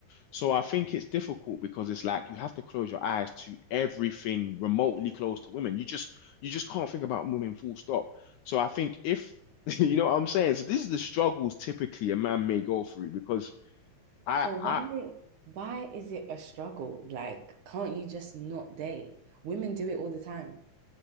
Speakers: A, on the left (about 75°); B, on the right (about 65°).
A: So I think it's difficult because it's like you have to close your eyes to everything remotely close to women. You just you just can't think about women full stop. So I think if <laughs> you know what I'm saying, so this is the struggles typically a man may go through because I
B: But why
A: I
B: why is it a struggle? Like, can't you just not date? Women do it all the time.